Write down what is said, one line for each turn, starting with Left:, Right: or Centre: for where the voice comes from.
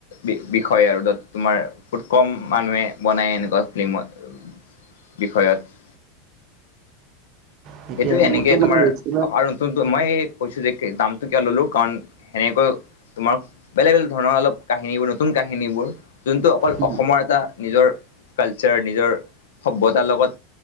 Left: বি বিষয় আৰু তাত তোমাৰ বহুত কম মানুহে বনাই এনেকুৱা ফিল্মত। বিষয়ত।
Right: সেইটোৱে
Left: সেইটোয়ে এনেকে
Right: মোৰতো
Left: তোমাৰ
Right: মানে বেছিভাগ
Left: অ আৰু নতুন মই কৈছু যে দামটো কিয় ল'লো কাৰণ এনেকৈও তোমাৰ বেলেগ বেলেগ ধৰণৰ অলপ কাহিনীবোৰ নতুন কাহিনীবোৰ যোনটো অকল
Right: উম,
Left: অসমৰ এটা নিজৰ কালচাৰ নিজৰ সভ্যতাৰ লগত